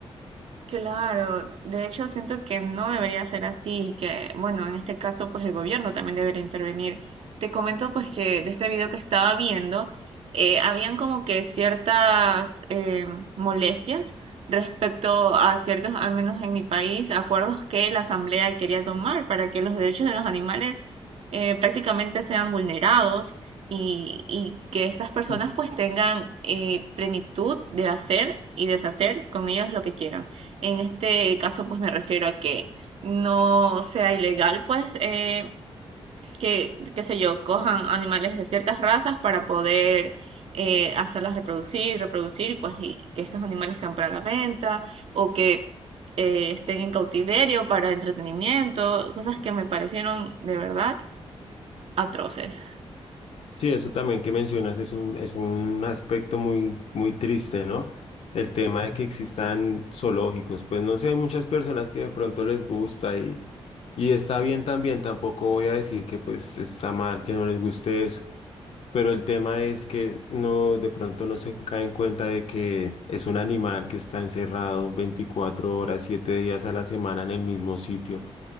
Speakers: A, on the right; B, on the left.
A: Claro, de hecho siento que no debería ser así y que, bueno, en este caso pues el gobierno también debería intervenir. Te comento pues que de este video que estaba viendo, eh, habían como que ciertas eh, molestias respecto a ciertos, al menos en mi país, acuerdos que la Asamblea quería tomar para que los derechos de los animales eh, prácticamente sean vulnerados y, y que estas personas
B: Mm.
A: pues tengan eh, plenitud de hacer y deshacer con ellos lo que quieran. En este caso, pues me refiero a que no sea ilegal, pues, eh, que, qué sé yo, cojan animales de ciertas razas para poder eh, hacerlas reproducir, reproducir, pues, y que estos animales sean para la venta o que eh, estén en cautiverio para entretenimiento, cosas que me parecieron de verdad atroces.
B: Sí, eso también que mencionas es un, es un aspecto muy, muy triste, ¿no? El tema de que existan zoológicos, pues no sé, hay muchas personas que de pronto les gusta y, y está bien también, tampoco voy a decir que pues está mal, que no les guste eso, Pero el tema es que no, de pronto no se cae en cuenta de que es un animal que está encerrado 24 horas, 7 días a la semana en el mismo sitio.